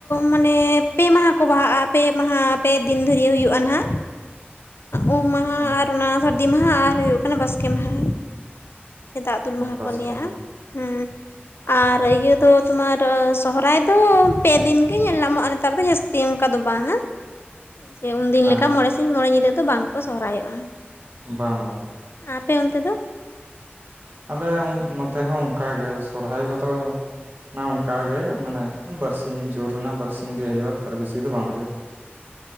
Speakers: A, on the left; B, on the right.
A: ᱢᱟᱱᱮ ᱯᱮ ᱢᱟᱦᱟ ᱠᱚ ᱵᱟᱦᱟᱜᱼᱟ ᱯᱮ ᱢᱟᱦᱟ ᱯᱮ ᱫᱤᱱ ᱫᱷᱚᱨᱤᱭᱟᱹ ᱦᱩᱭᱩᱜᱼᱟ ᱱᱟᱦᱟᱸᱜ।
B: <inaudible>
A: ᱩᱢ ᱢᱟᱦᱟ,
B: ᱚ
A: ᱟᱨ ᱚᱱᱟ ᱥᱟᱹᱨᱫᱤ ᱢᱟᱦᱟ, ᱟᱨ ᱦᱩᱭᱩᱜ ᱠᱟᱱᱟ ᱵᱟᱥᱠᱮ ᱢᱟᱦᱟ। ᱫᱟᱜ ᱫᱩᱞ ᱢᱟᱦᱟ
B: ᱵᱟᱥᱠᱮ
A: ᱠᱚ ᱞᱟᱹᱭᱟᱜᱼᱟ
B: ᱢᱟ
A: ᱦᱩᱸ ᱾ ᱟᱨ ᱤᱭᱟᱹ ᱫᱚ ᱛᱳᱢᱟᱨ ᱥᱚᱦᱚᱨᱟᱭ ᱫᱚ ᱯᱮ ᱫᱤᱱ ᱜᱮ ᱧᱮᱞ ᱧᱟᱢᱚᱜᱼᱟ ᱱᱮᱛᱟᱨ ᱫᱚ ᱡᱟᱹᱥᱛᱤ ᱾ ᱛᱤ ᱚᱱᱠᱟ ᱫᱚ ᱵᱟᱝᱟ ᱾
B: <unintelligible>
A: ᱡᱮ ᱩᱱᱫᱤᱱ
B: ᱦᱮᱸ
A: ᱞᱮᱠᱟ ᱢᱚᱬᱮ ᱥᱤᱧ ᱢᱚᱬᱮ ᱧᱤᱫᱟᱹ ᱫᱚ ᱵᱟᱝᱠᱚ ᱥᱚᱦᱨᱟᱭᱚᱜᱼᱟ ᱾
B: ᱵᱟᱝ ᱵᱟᱝ ᱾
A: ᱟᱯᱮ ᱚᱱᱛᱮ ᱫᱚ?
B: ᱟᱞᱮ ᱱᱚᱛᱮ ᱦᱚᱸ ᱚᱱᱠᱟ ᱜᱮ ᱥᱚᱨᱦᱟᱭ ᱠᱚᱫᱚᱼᱼ ᱚᱱᱮ ᱚᱱᱠᱟ ᱜᱮ ᱢᱟᱱᱮ ᱵᱟᱨᱥᱤᱧ ᱡᱳᱨ ᱨᱮᱱᱟᱜ ᱵᱟᱨᱥᱤᱧ ᱜᱮ ᱦᱩᱭᱩᱜᱼᱟ ᱛᱟᱨ ᱵᱤᱥᱤ ᱫᱚ ᱵᱟᱝ ᱦᱳᱭᱳᱜᱼᱟ ᱾